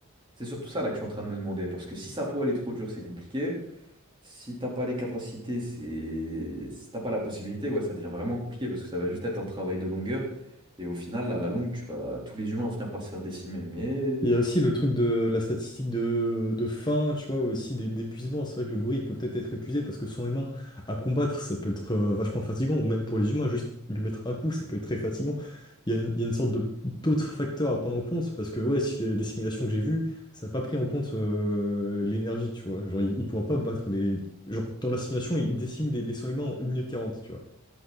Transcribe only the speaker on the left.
Il y a aussi le truc de la statistique de, de faim, tu vois, aussi d'é- d'épuisement. C'est vrai que le gorille peut peut-être être épuisé parce que son humain à combattre, ça peut être euh, vachement fatigant, ou même pour les humains, juste lui mettre un coup, ça peut être très fatigant. Il y a une, il y a une sorte de d'autres facteurs à prendre en compte parce que, ouais, si les, les simulations que j'ai vues, ça n'a pas pris en compte euh, l'énergie, tu vois. Genre, il, il pourra pas battre les. Genre, dans la simulation, il décime des, des 100 humains en une minute 40 tu vois.